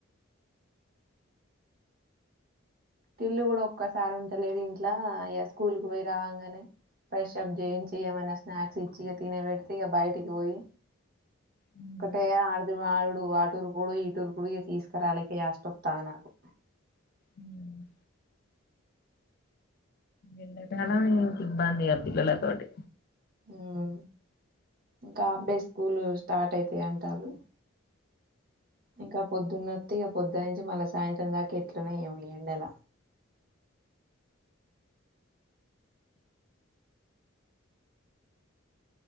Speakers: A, on the right; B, on the left.
A: పిల్లు కూడా ఒక్కసారి ఉంటలేడు ఇంట్లో ఇక స్కూల్కి పోయి రావంగానే ఫ్రెష్ అప్ చేయించి ఏమైనా స్నాక్స్ ఇచ్చి ఇక తినబెడితే ఇక బయటికి పోయి
B: ఉమ్,
A: ఒకటే ఆడ ఆడుడు ఆటూరుకుడు ఈటూరుకుడు ఇక తీసుకురాలేక చేస్తొతా నాకు
B: ఉమ్. ఎండాకాలం ఇంకా ఇబ్బంది ఆ పిల్లలతోటి
A: ఉమ్ ఇంకా హాఫ్ డే స్కూలు స్టార్ట్ అవుతాయి అంటారు ఇంకా పొద్దున్నొ ఇక పొద్దు నుంచి మళ్ళీ సాయంత్రం దాకా ఎట్లన ఏమియ్యండి అలా